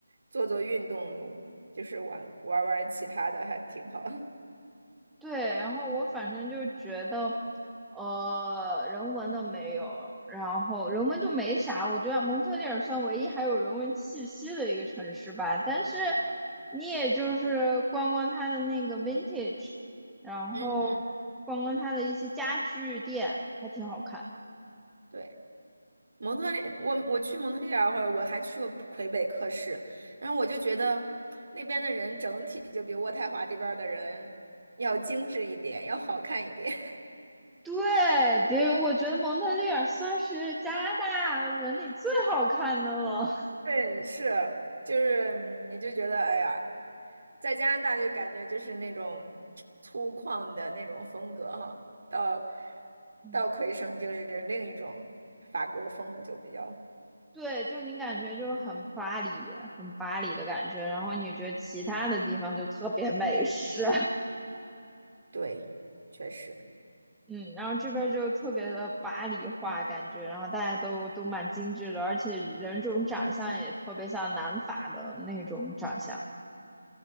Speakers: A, on the right; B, in the centre.
A: 做做运动，就是玩玩玩其他的，还挺好。<laughs>
B: 对，然后我反正就觉得，呃，人文的没有，然后人文就没啥。我觉得蒙特利尔算唯一还有人文气息的一个城市吧，但是你也就是逛逛它的那个 vintage，然后逛逛它的一些家具店，
A: 嗯嗯，
B: 还挺好看的。
A: 对。蒙特利，我我去蒙特利尔会儿，我还去过魁北克市，然后我就觉得那边的人整体就比渥太华这边儿的人要精致一点，要好看一点。
B: 对，别，我觉得蒙特利尔算是加拿大人里最好看的了。
A: <laughs> 对，是，就是嗯你就觉得，哎呀，在加拿大就感觉就是那种粗犷的那种风格哈，到
B: <laughs>
A: 到魁省就是另一种法国风，就比较
B: 对，就你感觉就很巴黎，很巴黎的感觉，然后你觉得其他的地方就特别美式，
A: 对，确实
B: <laughs> 嗯，然后这边就特别的巴黎化感觉，然后大家都都蛮精致的，而且人种长相也特别像南法的那种长相，